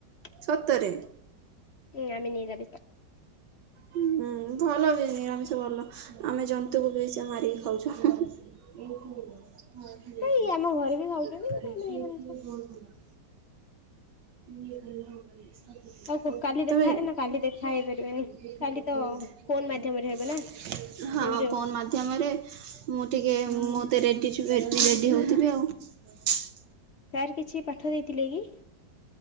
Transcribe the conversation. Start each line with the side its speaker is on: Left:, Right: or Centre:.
Left: ଟକ
Right: ସତରେ?
Left: ହୁଁ ଆମେ ନିରାମିଷ।
Right: ହୁଁ ଭଲ ବି ନିରାମିଷ ଭଲ ଆମେ ଜନ୍ତୁକୁ ବି ସେ ମାରିକି ଖାଉଚୁ। <inaudible>
Left: ଏଇ ଆମ ଘରେ ବି ଖାଉଛନ୍ତି କିନ୍ତୁ ଆମେ ନିରାମିଷ।
Right: <inaudible> <inaudible>
Left: ଆଉ କାଲି ଦେଖା ନା
Right: ମୁଁ
Left: କାଲି ଦେଖା ହେଇପାରିବାନି
Right: ଟିକେ
Left: କାଲି ତ ଫୋନ ମାଧ୍ୟମରେ
Right: ମୋତେ
Left: ହେବ ନା
Right: ରେଡ଼ି
Left: ସଂଯୋଗ।
Right: ରେଡ଼ି ହେଉଥିବି ଆଉ।
Left: ସାରେ କିଛି ପାଠ ଦେଇଥିଲେ କି?